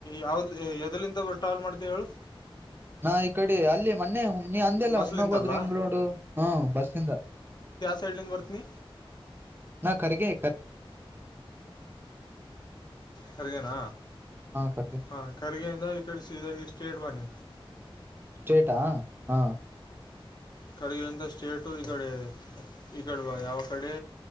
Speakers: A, on the left; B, on the right.
A: ಯಾವ್ದ ಎದಲ್ಲಿಂದ ಟ್ರಾವೆಲ್ ಮಾಡ್ತ ಹೇಳು
B: ನಾ ಈ ಕಡೆ ಅಲ್ಲಿ ಮೊನ್ನೆ ಹುಣಿ ಅಂದಲ್ಲ
A: ಬಸ್ಲಿಂತಲ್ಲ
B: ಹುಣ್ಬೋದ್ ರಿಂಗ್ ರೋಡು ಹ ಬಸ್ಸಿಂದ
A: ಸೈಲಿಂದ ಬರ್ತನ
B: ನಾ ಕರೆಗೆ
A: ಖರ್ಗೇನಾ
B: ಕರ್ಗೆ
A: ಹಾ ಖರ್ಗಿಂದ ಈಡೆ ಸ ಸ್ಟ್ರೇಟ್ ಬಾನಿ
B: ಸ್ಟ್ರೇಟಾ ಹಾ
A: ಕರಗಿನಂತ ಸ್ಟೇಟು ಈ ಕಡೆ ಈ ಕಡವಾ ಯಾವ ಕಡೆ